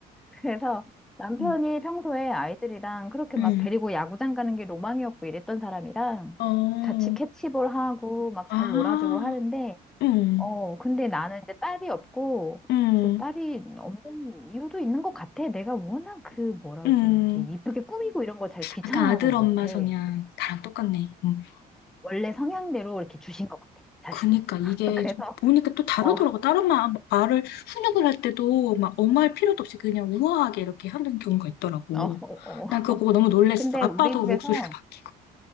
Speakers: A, in the centre; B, on the left (about 75°).
A: 그래서 남편이
B: 음,
A: 평소에 아이들이랑 그렇게
B: 음.
A: 막 데리고 야구장 가는 게 로망이었고 이랬던 사람이랑
B: 어,
A: 같이 캐치볼 하고 막
B: 아,
A: 잘 놀아주고 하는데,
B: 음,
A: 어, 근데 나는 이제 딸이 없고,
B: 음,
A: 그 딸이 없는 이유도 있는 것 같아. 내가 워낙 그 뭐라 그러지,
B: 음.
A: 이게 이쁘게 꾸미고 이런 거 잘 귀찮아하고
B: 아까 아들
A: 못해.
B: 엄마 성향 나랑 똑같네. 음.
A: 원래 성향대로 이렇게 주신 것 같아, 자식을.
B: 그니까 이게
A: <laughs>
B: 좀
A: 그래서,
B: 보니까 또 다르더라고.
A: 어, 어,
B: 다른 말, 말을 훈육을 할 때도 막 엄할 마 필요도 없이 그냥 우아하게 이렇게 하는 경우가 있더라고.
A: 어, 어.
B: 난 그거 보고 너무 놀랬어.
A: 근데
B: 아빠도
A: 우리 집에서
B: 목소리가 바뀌.